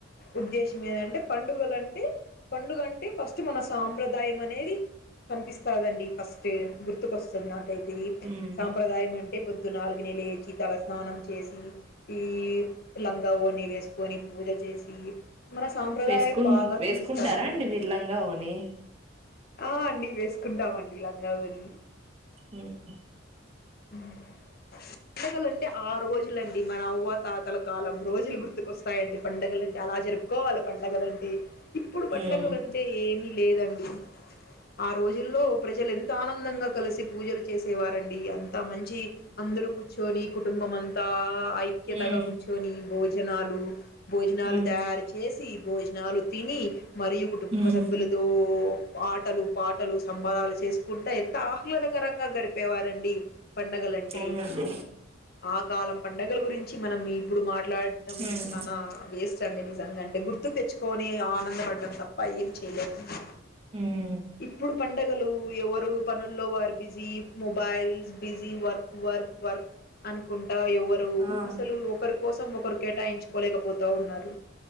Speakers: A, on the left; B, on the right.
A: ఉద్దేశం ఏదంటే పండుగలు అంటే పండుగ అంటే ఫస్ట్ మన సాంప్రదాయం అనేది కనిపిస్తాదండి ఫస్ట్ గుర్తుకొస్తుంది నాకైతే ఇ
B: ఉమ్
A: సాంప్రదాయం అంటే పొద్దు నాలుగు నె లేచి తలస్నానం చేసి ఈ లంగా ఓని వేసుకొని పూజ చేసి మన సాంప్రదాయం
B: వేసుకుం
A: బాగా
B: వేసుకుంటారా
A: తెలుస్తదండి.
B: అండి మిర్లంగా ఓని
A: ఆ అండి వేసుకుంటామండి లం గవరి
B: మ్
A: మ్ పండగలు అంటే ఆ రోజులండి మన అవ్వా తాతల కాలం రోజులు గుర్తుకొస్తాయండి పండగలు అంటే అలా జరుపుకోవాల పండుగల అంటే ఇప్పుడు పండుగలంటే
B: ఉమ్
A: ఏమి లేదండి ఆ రోజుల్లో ప్రజలు ఎంత ఆనందంగా కలిసి పూజలు చేసేవారండి అంతా మంచి అందరూ కూర్చొని కుటుంబం అంతా ఐక్యతగా
B: ఉమ్
A: కూర్చొని భోజనాల్ లు భోజనాలు
B: ఉమ్
A: తయారు చేసి బోజనాలు తిని మరియు కుటుంబ
B: ఉమ్.
A: సభ్యులతో ఆటలు పాటలు సంబరాలు చేసుకుంట ఎంత అ ఇవదకరంగా గడిపే వారండి పండగల్ అంటే
B: అవునండి
A: ఆ కాలం పండగలు గురించి మనం ఇప్పుడు మాట్లాడటం
B: ఉమ్
A: చానా వేస్ సండే నిజంగా అంటే గుర్తు తెచ్ పోనీ ఆనందపడ్డం తప్ప ఏం చేయలేం అండి
B: ఉమ్
A: ఇప్పుడు పండగలు ఎవరు పనుల్లో వారు బిజీ మొబైల్స్ బిజీ వర్క్ వర్ వర్ అనుకుంటా ఎవరు
B: ఆ
A: అసలు ఒకరు కోసం ఒకరు కేటాయించ్కోలేకపోత ఉన్నారు